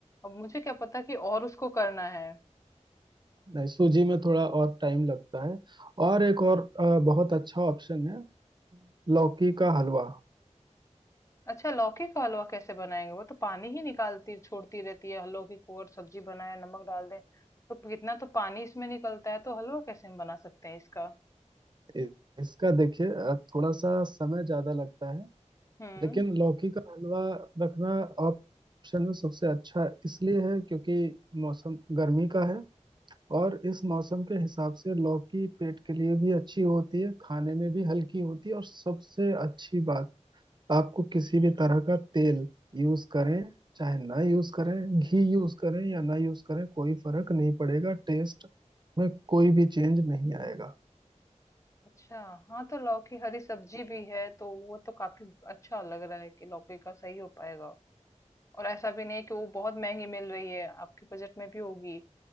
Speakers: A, on the left; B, on the right.
A: अब मुझे क्या पता कि और उसको करना है
B: नहीं सूजी में थोड़ा और टाइम लगता है और एक और अ, बहुत अच्छा ऑप्शन है लौकी का हलवा
A: अच्छा लौकी का हलवा कैसे बनाएंगे वो तो पानी ही निकालती छोड़ती रहती है लौकी को और सब्जी बनाए नमक डाल दें तो कितना तो पानी इसमें निकलता है तो हलवा कैसे हम बना सकते हैं इसका
B: इ- इसका देखिए अ, थोड़ा सा समय ज्यादा लगता है
A: हम्म
B: लेकिन लौकी का हलवा रखना ऑप्शन में सबसे अच्छा इसलिए है क्योंकि मौसम गर्मी का है और इस मौसम के हिसाब से लौकी पेट के लिए भी अच्छी होती है खाने में भी हल्की होती है और सबसे अच्छी बात आपको किसी भी तरह का तेल यूज करें चाहे ना यूज करें घी यूज करें या ना यूज करें कोई फर्क नहीं पड़ेगा टेस्ट में कोई भी चेंज नहीं आएगा
A: अच्छा हाँ तो लौकी हरी सब्जी भी है तो वो तो काफी अच्छा लग रहा है कि लौकी का सही हो पाएगा और ऐसा भी नहीं कि वो बहुत महंगी मिल रही है आपके बजट में भी होगी